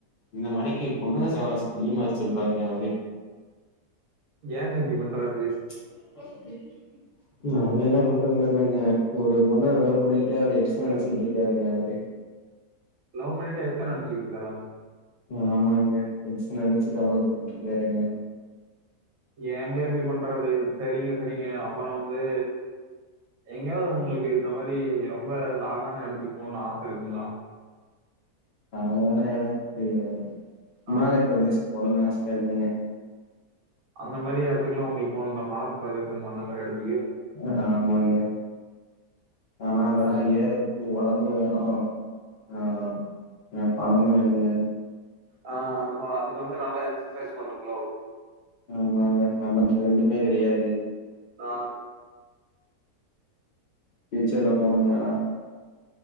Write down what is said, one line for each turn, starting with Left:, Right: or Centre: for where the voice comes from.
Left: இந்த மணிக்கு பொண்ணுங்க சவகாசம் அதிகமா வெச்சிருபாருங்க அவரு
Right: ஏங்க இப்படி பண்றா
Left: <inaudible> அது என்ன பண்றத் தெர்லங்க ஒரு பொண்ண லவ் பண்ணிக்கிட்டே அவுரு எக்ஸ நெனச்சிட்ருக்காருங்க அவுரு
Right: லவ் பண்ணிட்டு எக்ஸ நெனச்சிட்ருக்காரா
Left: ஆமாங்க எக்ஸ நெனச்சிட்டு கவல பட்டுட்ருக்காருங்க
Right: ஏங்க இபடி பண்றாரு செரிங்க செரிங்க அப்புற வந்து எங்கேயாவ்து உங்களுக்கு இந்த மாதரி ரொம்ப லாங்கான எடத்துக்கு போணு ஆச இருக்குங்களா
Left: அங்க வேனா ஏதாச்சு
Right: ஆ
Left: இமாலய பிரதேசத்க்கு போணு ஆச இருக்குங்க
Right: அந்த மாரி எடத்துக்குல்லா உங்களுக் போனுங்ளா மலப் பிரதேசம் அந்த மாரி எடத்துக்கு
Left: அ ஆமாங்க ஆனா அதலா
Right: சரி.
Left: ஏறற்துக்கு ஒடம்பு வேணு ஆ ஆ பணமு வேணுங்க
Right: ஆ அப்ப அதுக்கு வந்து நல்லா எக்சசைஸ் பண்ணுங் ப்ரோ
Left: ஆமாங்க நமக் ரெண்டுமே கெடையாது
Right: ஆ
Left: ஃபியூச்சர்ல போணுங்க ஆனா